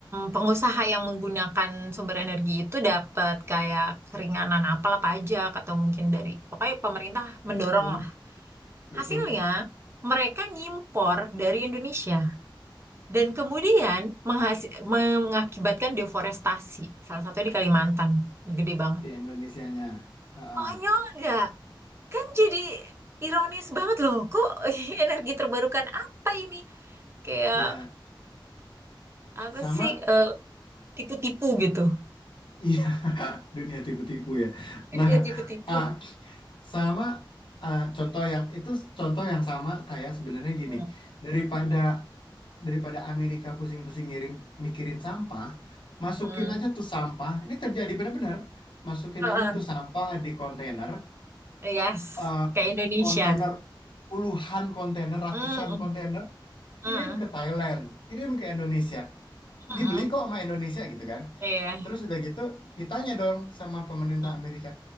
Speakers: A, on the right; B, on the left.
A: pengusaha yang menggunakan sumber energi itu dapat kayak keringanan apalah pajak atau mungkin dari pokoknya pemerintah
B: betul
A: mendorong lah.
B: betul
A: Hasilnya mereka ngimpor dari Indonesia dan kemudian menghasi- mengakibatkan deforestasi. Salah satunya di Kalimantan, gede banget.
B: di Indonesianya. Ha-ha.
A: Konyol nggak? Kan jadi ironis banget loh. Kok <laughs> energi terbarukan apa ini? Kayak
B: Ya
A: apa
B: sama,
A: sih? eh, tipu-tipu gitu.
B: iya <laughs> dunia tipu-tipu ya. Nah,
A: Dia tipu-tipu.
B: ah, sama ah, contoh yang itu contoh yang sama kayak sebenarnya gini
A: Mm,
B: daripada
A: mm,
B: daripada Amerika pusing-pusing ngirim mikirin sampah, masukin
A: mm.
B: aja tuh sampah. Ini terjadi benar-benar. Masukin
A: Uh-uh.
B: aja tuh sampah di kontainer,
A: Yes,
B: eh,
A: ke Indonesia.
B: kontainer puluhan kontainer, ratusan
A: Mm, mm,
B: kontainer, kirim
A: mm,
B: ke Thailand, kirim ke Indonesia.
A: mm, mm.
B: Dibeli kok sama Indonesia gitu kan.
A: Iya.
B: Terus udah gitu ditanya dong sama pemerintah
A: Mm,
B: Amerika,